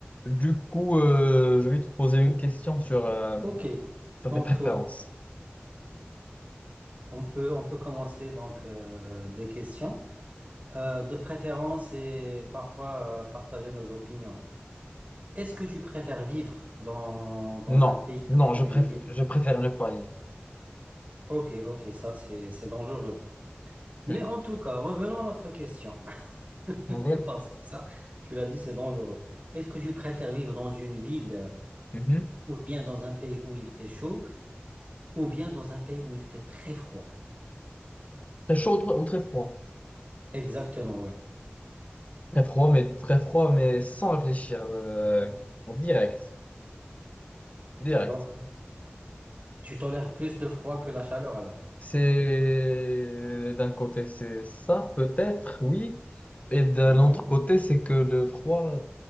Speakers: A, on the left; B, on the right.
A: Du coup, euh, je vais te poser une question sur, euh,
B: Ok,
A: sur
B: donc
A: tes préférences.
B: euh, on peut, on peut commencer donc euh, des questions. Euh, de préférence et parfois euh, partager nos opinions. Est-ce que tu préfères vivre dans, dans
A: Non,
B: un pays,
A: non,
B: dans
A: je
B: une
A: préfère,
B: ville?
A: je préfère ne pas lire.
B: Ok, ok, ça c'est c'est dangereux. Mais
A: Hmm.
B: en tout cas, revenons à notre question. <laughs>
A: Ok.
B: Parce que ça, tu l'as dit, c'est dangereux. Est-ce que tu préfères vivre dans une ville euh,
A: Mhm.
B: ou bien dans un pays où il fait chaud ou bien dans un pays où il fait très froid?
A: Très chaud ou tr- ou très froid?
B: Exactement, oui.
A: Très froid, mais très froid, mais sans réfléchir. euh, en direct, direct.
B: Donc, Tu tolères plus le froid que la chaleur alors?
A: C'est d'un côté, c'est ça, peut-être, oui. Et d'un
B: Ouais.
A: autre côté, c'est que le froid,